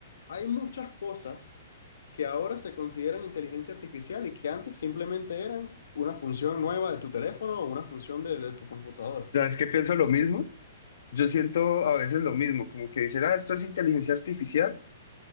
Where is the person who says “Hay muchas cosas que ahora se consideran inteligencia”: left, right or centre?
Left